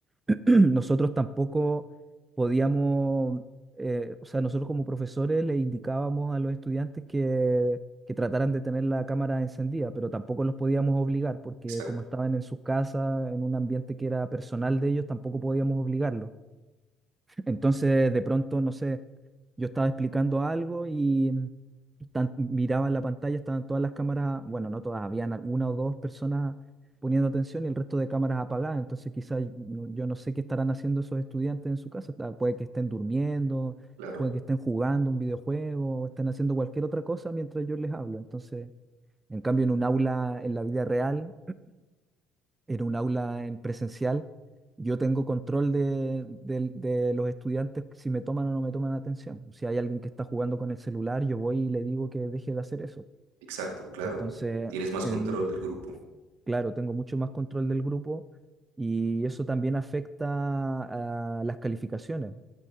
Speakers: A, on the right (about 20°); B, on the right (about 80°).
A: <clears throat> nosotros tampoco podíamos, eh, o sea, nosotros como profesores le indicábamos a los estudiantes que, que trataran de tener la cámara encendida, pero tampoco los podíamos obligar porque
B: exacto,
A: como estaban en sus casas, en un ambiente que era personal de ellos, tampoco podíamos obligarlos. Entonces, de pronto, no sé, yo estaba explicando algo y mm, tan- miraba en la pantalla, estaban todas las cámaras, bueno, no todas, habían una o dos personas poniendo atención y el resto de cámaras apagadas. Entonces, quizás no- yo no sé qué estarán haciendo esos estudiantes en su casa. tal- Puede que estén durmiendo,
B: claro,
A: puede que estén jugando un videojuego, o estén haciendo cualquier otra cosa mientras yo les hablo. Entonces, en cambio, en un aula, en la vida real en un aula en presencial, yo tengo control de, del- de los estudiantes si me toman o no me toman atención. Si hay alguien que está jugando con el celular, yo voy y le digo que deje de hacer eso.
B: exacto, claro.
A: Entonces,
B: Tienes más
A: en,
B: control del grupo.
A: claro, tengo mucho más control del grupo y eso también afecta a las calificaciones